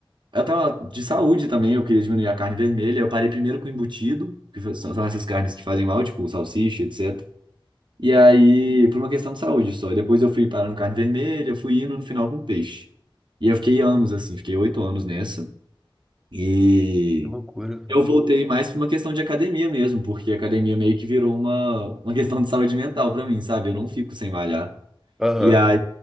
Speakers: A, on the right; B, in the centre.
A: eu tava de saúde também, eu queria diminuir a carne vermelha. Eu parei primeiro com embutido, que fa- são são essas carnes que fazem mal, tipo salsicha, etc. E aí, por uma questão de saúde só. E depois eu fui parando com carne vermelha, fui indo no final com peixe. E eu fiquei anos assim, fiquei oito anos nessa. E
B: Que loucura, cara.
A: eu voltei mais por uma questão de academia mesmo, porque a academia meio que virou uma, uma questão de saúde mental pra mim, sabe? Eu não fico sem malhar.
B: Aham.
A: E aí,